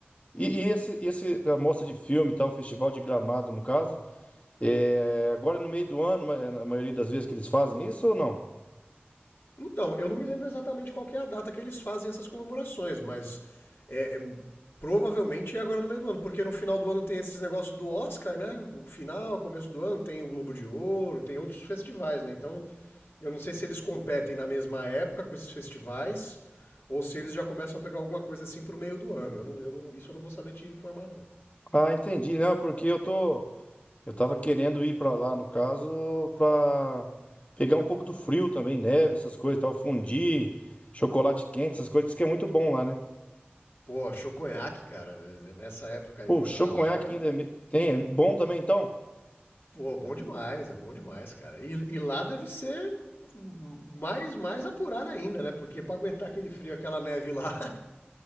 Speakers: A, on the left; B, on the left.
A: E, e esse, esse a mostra de filme, e tal, o Festival de Gramado, no caso, é agora no meio do ano, ma- na maioria das vezes que eles fazem isso ou não?
B: Então, eu não me lembro exatamente qual que é a data que eles fazem essas comemorações, mas é, é- provavelmente é agora no meio do ano, porque no final do ano tem esses negócios do Oscar, né? O final, começo do ano, tem o Globo de Ouro, tem outros festivais, né? Então, eu não sei se eles competem na mesma época com esses festivais ou se eles já começam a pegar alguma coisa assim pro meio do ano. Eu não- eu não- isso eu não vou saber te informar, não.
A: Ah, entendi, não, porque eu tô, eu tava querendo ir pra lá, no caso, pra pegar um pouco do frio também, neve, essas coisas, e tal, fondue, chocolate quente, essas coisas, diz que é muito bom lá, né?
B: Pô, achou conhaque, cara. Nessa época aí
A: Pô, o choconhaque
B: pra lá
A: ainda é me- tem, é bom também, então?
B: Pô, bom demais, é bom demais, cara. E, e lá deve ser mais, mais apurado ainda, né? Porque pra aguentar aquele frio, aquela neve lá,